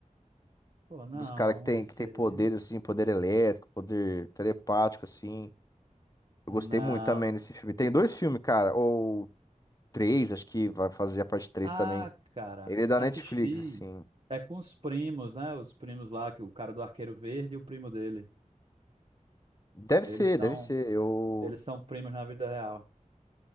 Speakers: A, on the right; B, on the left.
A: Pô, não,
B: Um Dos caras que tem,
A: esse
B: que tem
A: aí.
B: poderes, assim, poder elétrico, poder telepático, assim. Eu
A: Não,
B: gostei muito também desse filme. Tem dois filmes, cara, ou três, acho que vai fazer a parte três
A: Ah,
B: também
A: cara,
B: Ele é da
A: assisti.
B: Netflix, assim.
A: É com os primos, né? Os primos lá, que o cara do Arqueiro Verde e o primo dele.
B: Deve
A: Eles
B: ser,
A: são,
B: deve ser. Eu.
A: eles são primos na vida real.